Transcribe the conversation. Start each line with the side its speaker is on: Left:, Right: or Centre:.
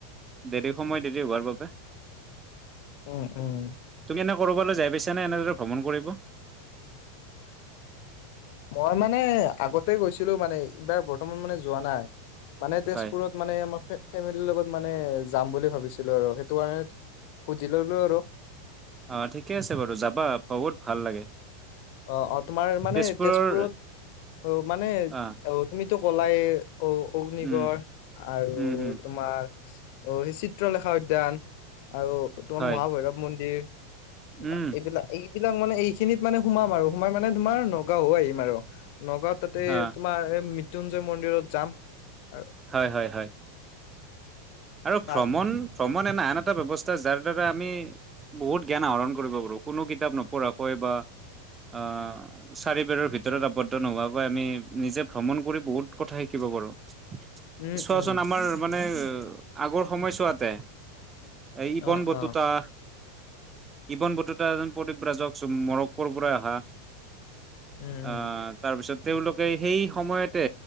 Right: দেৰি সময় দেৰি হোৱাৰ বাবে।
Left: উ উব
Right: তুমি এনে কৰবালৈ যাই পাইছা নে এনেদৰে ভ্ৰমণ কৰিব?
Left: মই মানে আগতে গৈছিলো মানে এইবাৰ বৰ্তমান মানে যোৱা নাই, মানে তেজপুৰত
Right: হয়
Left: মানে আমাৰ ফেমিলিৰ লগত মানে যাম বুলি ভাবিছিলো আৰু সেইটো কাৰণে শুধি ললো আৰু।
Right: অ ঠিকে আছে বাৰু যাবা বহুত ভাল লাগে।
Left: অ অ তোমাৰ মানে
Right: তেজপুৰৰ
Left: তেজপুৰত অ মানে
Right: আহ
Left: অ তুমিতো ক'লাই অ অগ্নিগড়
Right: উম,
Left: আৰু
Right: উম, উম,
Left: তোমাৰ অ সেই চিত্ৰলেখা উদ্যান আৰু তোমাৰ
Right: হয়
Left: মহাভৈৰৱ মন্দিৰ বা
Right: উম,
Left: এইবিলাক এইবিলাক মানে এই খিনিত মানে সোমাম আৰু সোমাই মানে তোমাৰ নগাঁও আহিম আৰু। নগাঁওত তাতে
Right: অ'
Left: তোমাৰ এ মৃত্যুঞ্জয় মন্দিৰত যাম আৰ-
Right: হয় হয় হয় আৰু
Left: তাত
Right: ভ্ৰমণ ভ্ৰমণ এ নান আন এটা ব্যৱস্থা যাৰ দ্বাৰা আমি বহুত জ্ঞান আহৰণ কৰিব পাৰোঁ কোনো কিতাপ নপঢ়াকৈ বা আহ চাৰিবেৰৰ ভিতৰত আৱদ্ধ নোহোৱাকৈ আমি নিজে ভ্ৰমণ কৰি বহুত কথা শিকিব পাৰোঁ।
Left: উম
Right: চোৱাচোন
Left: উম
Right: আমাৰ মানে আগৰ সময় চোৱাতে এই ইবনবতুতা
Left: অ অ
Right: ইবনবতুতা এজন প্ৰদীপ ৰাজক মৰক্কৰ পৰা অহা
Left: উম
Right: আ তাৰপিছত তেওঁলোকে সেই সময়তে